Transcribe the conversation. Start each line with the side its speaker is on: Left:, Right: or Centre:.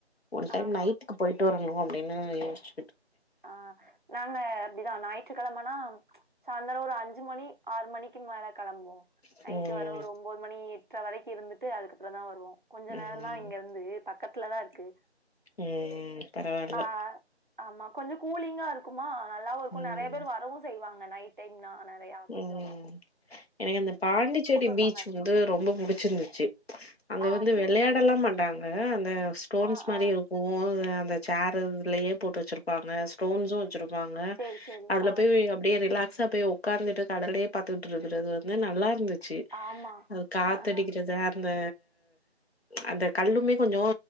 Left: ஒன் டைம்
Right: ஆமா
Left: நைட்டு போயிட்டு வரனும் அப்படின்னு யோசிச்ச
Right: ஆ நாங்க அப்படிதா ஞாயிற்றுக்கிழமனா சாயந்தரம் ஒரு அஞ்சு மணி ஆறு மணிக்கு மேல கல்ம்புவோம்
Left: ம்
Right: நைட்டு வர ஒன் பது மணி எட்டற வரைக்கு இருந்துட்டு அதுக்கப்புறம் தா வருவோ கொஞ்ச
Left: ம்
Right: நேரம்தா இங்க இருந்து பக்கத்துலதா இருக்கு
Left: ம் பரவால்ல
Right: ஆ ஆமா கொஞ்சம் கூலிங்கா இருக்குமா நல்லாவும் இருக்கும்
Left: ம்
Right: நிறைய பேர் வரவும் செய்வாங்க நைட் டைம்னா நிறையா
Left: ம்
Right: கொஞ்ச
Left: எனக்கு அந்த பாண்டிச்சேடி
Right: வருவாங்க
Left: பீச் வந்து ரொம்ப புடிச்சிருந்துச்சு அங்க
Right: ஆ
Left: வந்து
Right: சேரி
Left: விளையாடலா
Right: சேரி
Left: மாட்டாங்க அந்த ஸ்டோன்ஸ்
Right: ஆ
Left: மாதிரி
Right: ஆ
Left: இருக்கு ஓ அந்த சேர் இதுலயே போட்டு வச்சிருப்பாங்க ஸ்டோன்ஸம் வச்சிருப்பாங்க
Right: சேரி சேரி
Left: அதுல
Right: ஆ
Left: போய் அப்படியே ரிலாக்ஸ போய் உக்காந்துட்டு கடலே பாத்துட்டு இருக்கிறது நல்லா இருந்துச்சு
Right: ஆமா
Left: அது காத்த
Right: ஆ ஆ
Left: அடிக்கிறது அந்த அந்த கல்லுமே கொஞ்சம்